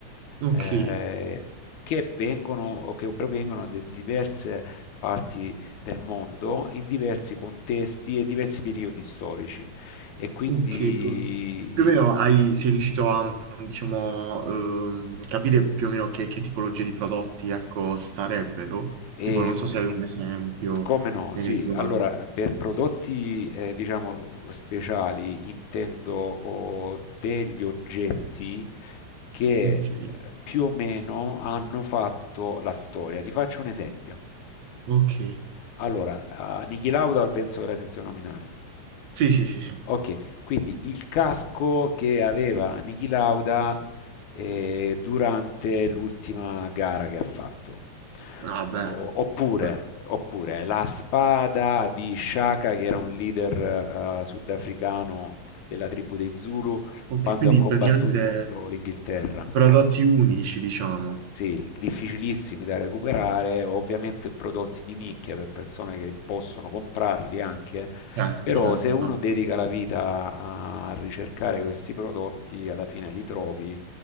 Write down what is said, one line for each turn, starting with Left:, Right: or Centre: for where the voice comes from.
Right: ok,
Left: eh, che vengono o che provengono da diverse parti del mondo in diversi contesti e diversi periodi storici. E quindi
Right: ok. co- Più o meno hai, sei riuscito a, diciamo, ehm, capire più o meno che, che tipologie di prodotti, ecco, sarebbero?
Left: E,
Right: Tipo, non so
Left: eh,
Right: se hai un esempio
Left: s- come no,
Right: eh,
Left: sì,
Right: riguardo.
Left: allora per prodotti eh, diciamo speciali intendo oh, degli oggetti che
Right: Ok,
Left: eh, più o meno hanno fatto la storia. Ti faccio un esempio.
Right: ok.
Left: Allora, a Niki Lauda penso che l'hai sentito nominare.
Right: Sì, sì, sì, sì.
Left: Okay, quindi il casco che aveva Niki Lauda, ehm, durante l'ultima gara che ha fatto.
Right: Ah, beh,
Left: O oppure
Right: beh.
Left: oppure la spada di Shaka, che era un leader, uhm, sudafricano della tribù dei Zulu,
Right: Ok,
Left: quando
Right: quindi
Left: ha combattuto
Right: praticamente
Left: contro l'Inghilterra.
Right: prodotti unici, diciamo.
Left: Sì, difficilissimi da recuperare, ovviamente prodotti di nicchia per persone che possono comprarli anche,
Right: Certo,
Left: però
Right: certo,
Left: se uno
Right: immagino.
Left: dedica la vita a ricercare questi prodotti, alla fine li trovi.